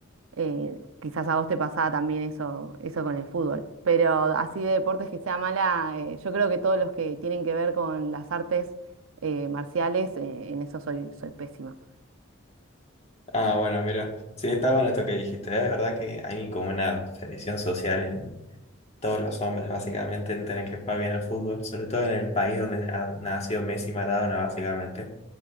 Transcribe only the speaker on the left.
Ah, bueno, mira, sí, está bueno esto que dijiste. ¿eh? Es verdad que hay como una presión social en todos los hombres, básicamente, en tener que jugar bien al fútbol, sobre todo en el país donde ha nació Messi y Maradona, básicamente.